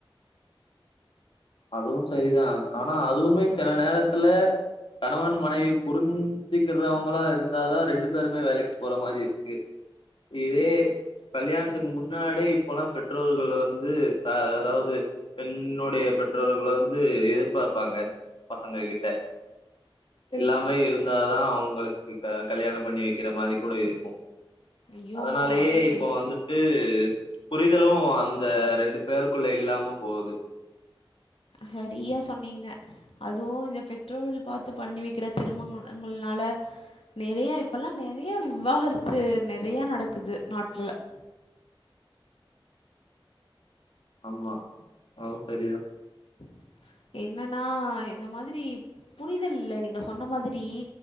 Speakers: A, on the left; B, on the left.
A: அதுவு சரிதா ஆனா அதுவுமே சில நேரத்துல கணவன் மனைவி புரிஞ்சுக்கிறவங்களா இருந்தாதா ரெண்டு பேருமே வேலைக்கு போற மாரி இருக்கு இதே கல்யாணத்துக்கு முன்னாடே இப்போல்லா பெற்றோர்கள் வந்து அதாவது பெண்ணோடைய பெற்றோர்கள் வந்து எதிர்பாப்பாங்க பசங்க கிட்ட எல்லாமே இருந்தாதா அவங்களுக்கு க கல்யாணோ பண்ணி வெக்கிற மாரி கூட இருக்கு
B: ஐயோ
A: அதனாலயே
B: அது
A: இப்போ வந்துட்டு புரிதலு அந்த ரெண்டு பேருக்குள்ள இல்லாம போது
B: சரியா சொன்னீங்க அதுவு இந்த பெற்றோர்கள் பாத்து பண்ணி வைக்கிற திருமங்கள்லா னால நெறைய இப்பல்லா நெறைய விவாகரத்து நெறைய நடக்குது நாட்ல <inaudible>
A: ஆமா அதுவு சரிதா
B: <inaudible> என்னன்னா இந்த மாதிரி புரிதல் இல்ல நீங்க சொன்ன மாரி